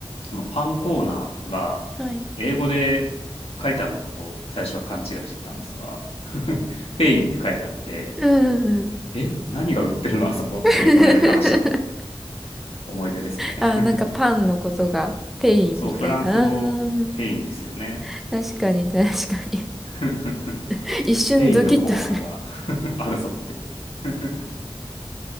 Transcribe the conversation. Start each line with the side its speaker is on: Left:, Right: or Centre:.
Left: そのパンコーナーが英語で
Centre: はい。
Left: 書いてあるのかと最初は勘違いしてたんですが、<laughs> ペインって書いてあって、
Centre: うんうんうん。
Left: え、何が売ってるのあそこってみんなで話したのを
Centre: <laughs>
Left: 思い出ですね。<laughs>
Centre: あ、なんかパンのことがペインみたいな。
Left: そう、フランス語ペインですよね。
Centre: あー確かに確かに
Left: <laughs>
Centre: <laughs>。一瞬ドキッとする。
Left: ペインのコーナーが <laughs> あるぞって言って